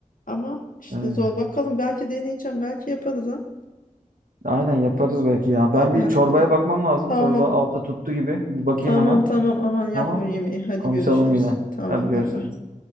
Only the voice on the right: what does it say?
Öyle.
Aynen yaparız belki ya. Ben bir
çorbaya
bakmam lazım.
Çorba altı tuttu gibi. Bir bakayım
hemen.
Tamam.
Konuşalım
yine.
Hadi görüşürüz.